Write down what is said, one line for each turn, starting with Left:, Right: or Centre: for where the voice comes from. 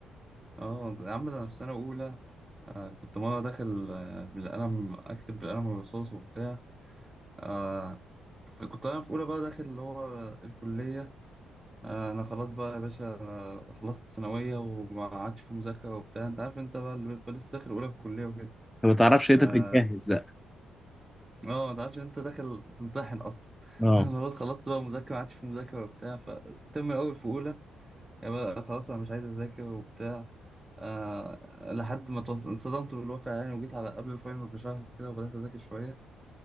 Right: اه يا عم ده انا في سنه اولى آه كنت مره داخل آه بالقلم اكتب بالقلم الرصاص وبتاع آه كنت انا في اولى بقى داخل اللي هو الكليه آه انا خلاص بقى يا باشا آه، خلصت ثانويه وما عادش في مذاكره وبتاع انت عارف انت بقى اللي بيبقى لسه داخل اولى كليه وكده
Centre: ما بتعرفش انت
Right: آه،
Centre: تتجهز بقى
Right: اه ما تعرفش إن انت داخل تمتحن اصلا
Centre: اه
Right: <laughs> انا بقول خلصت بقى مذاكره ما عادش في مذاكره وبتاع فالترم الاول في اولى يعني بقى خلاص انا مش عايز اذاكر وبتاع آه لحد ما اتوص- انصدمت بالواقع يعني وجيت على قبل الفاينل بشهر كده وبدات اذاكر شويه